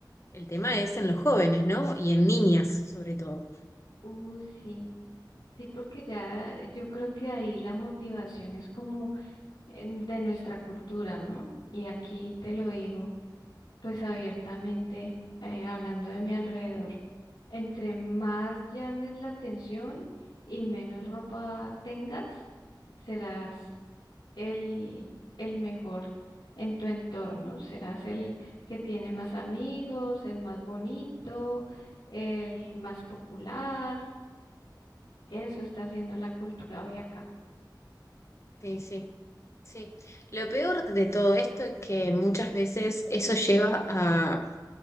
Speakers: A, on the left; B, on the left.
A: El tema es en los jóvenes, ¿no? Y en niñas, sobre todo.
B: Uh, sí. Sí, porque ya eh, yo creo que ahí la motivación es como eh, de nuestra cultura, ¿no? Y aquí te lo digo, pues abiertamente, eh, hablando de mi alrededor, entre más llames la atención y menos ropa tengas, serás el, el mejor en tu entorno, serás el que tiene más amigos, el más bonito, el más popular. Eso está haciendo la cultura hoy acá.
A: Sí, sí, sí. Lo peor de todo esto es que muchas veces eso lleva a,